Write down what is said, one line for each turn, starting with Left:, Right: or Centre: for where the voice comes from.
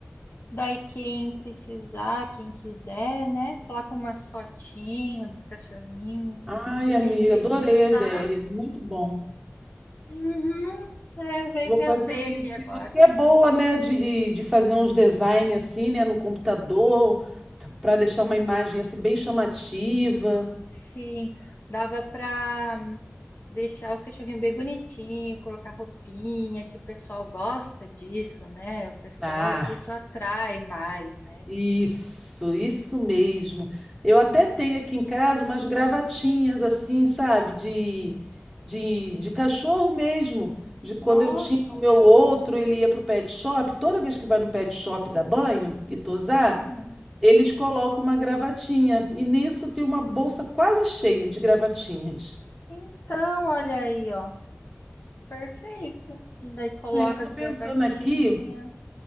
Left: Daí quem precisar, quem quiser, né? Coloca umas fotinhas dos cachorrinhos.
Centre: Ai,
Left: E
Centre: amiga,
Left: quem precisar,
Centre: adorei a ideia, muito bom.
Left: uhum, é, veio
Centre: Vou
Left: e pensei
Centre: fazer isso.
Left: aqui agora.
Centre: E você é boa, né, de, de fazer uns design assim, né, no computador, para deixar uma imagem assim bem chamativa.
Left: Sim, dava para Deixar os cachorrinhos bem bonitinho, colocar roupinha, que o pessoal gosta disso, né? O pessoal,
Centre: Ah,
Left: isso atrai mais, né?
Centre: Isso, isso mesmo. Eu até
Left: Uhum.
Centre: tenho aqui em casa umas gravatinhas assim, sabe, de, de, de cachorro mesmo. De quando
Left: Nossa,
Centre: eu tinha o meu outro, ele ia pro pet shop. Toda vez que vai no pet shop dar banho e tosar,
Left: hum.
Centre: eles colocam uma gravatinha. E nisso tem uma bolsa quase cheia de gravatinhas.
Left: Então, olha aí, ó. Perfeito. Daí coloca
Centre: É, tô
Left: as gravatinhas.
Centre: pensando aqui,